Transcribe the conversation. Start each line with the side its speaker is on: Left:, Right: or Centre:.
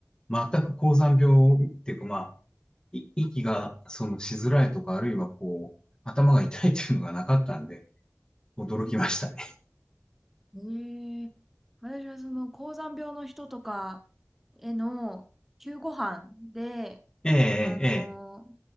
Left: 全く高山病っていうか、まあ、い息が、その、しづらいとか、あるいはこう、頭が痛いっていうのがなかったんで、驚きましたね。
Centre: うん。うんええ私はその、高山病の人とかへの救護班で、
Left: <laughs> ええ、
Centre: あのー